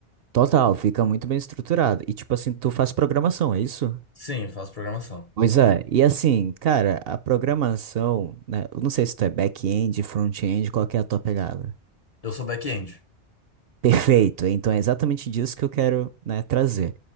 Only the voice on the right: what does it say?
Total, fica muito bem estruturado. E tipo assim, tu faz programação, é isso?
Pois é, e assim, cara, a programação, né? Eu não sei se tu é back-end, front-end, qual que é a tua pegada?
Perfeito. Então é exatamente disso que eu quero, né, trazer.